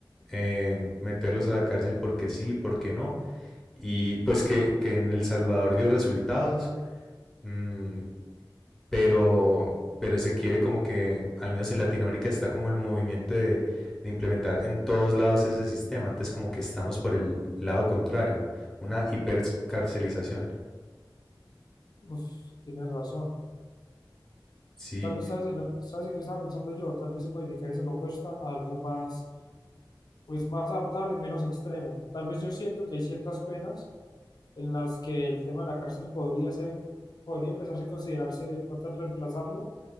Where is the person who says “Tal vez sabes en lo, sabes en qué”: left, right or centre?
Left